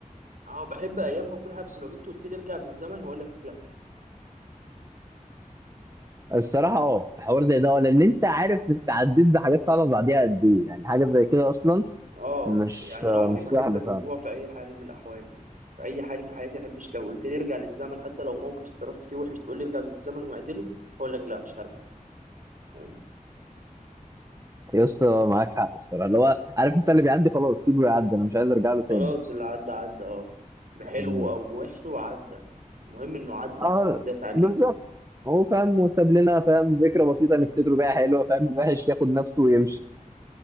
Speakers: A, on the right; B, on the right.
A: اه بحب ايامها وكل حاجه بس لو جيت قلت لي ارجع بالزمن هقول لك لا
B: الصراحة اه في حوار زي ده اه، لأن أنت عارف أنت عديت بحاجات صعبة بعديها قد إيه يعني حاجة زي كده أصلا
A: اه
B: مش
A: يعني
B: آه،
A: انا عمري
B: مش
A: ما
B: سهلة
A: احب الرجوع
B: فعلا
A: في اي حال من الاحوال يعني في اي حال في حياتي ما احبش لو قلت لي ارجع للزمن حتى لو موقف اتصرفت فيه وحش تقول لي ارجع بالزمن واعدله هقول لك لا مش هرجع فاهم
B: يا اسطى معاك حق الصراحة اللي هو عارف أنت اللي بيعدي خلاص سيبه يعدي أنا مش عايز أرجع له
A: خلاص
B: تاني
A: اللي عدى عدى اه بحلوه
B: مم.
A: او بوحشه عدى المهم انه عدى
B: اه
A: واتداس عليه
B: بالظبط هو فاهم وساب لنا فاهم ذكرى بسيطة نفتكره بيها حلوة فاهم الوحش ياخد نفسه ويمشي